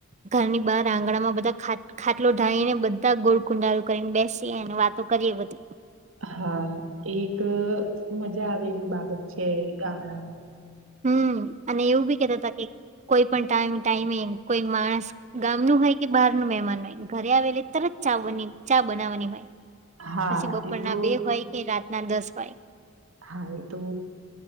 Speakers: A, on the right; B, on the right.
A: ઘરની બાર આંગણામાં બધા ખા ખાટલો <unintelligible> ને બધા ગોળકુંડારો કરીને બેસી અને વાતો કરીએ બધી.
B: હા એક મજા આવે એવી બાબત છે ગામડામાં
A: હમ્મ અને એવું બી કેતા હતા કે કોઈ પણ ટાઈમ ટાઈમેિંગ કોઈ માણસ ગામ નુ હોય કે બહાર નુ મહેમાન હોય ઘરે આવે એટલે તરત ચા બની ચા બનાવવાની હોય
B: હા
A: પછી બપોરના
B: એ તો
A: બે હોય કે રાતના દસ હોય.
B: હા એ તો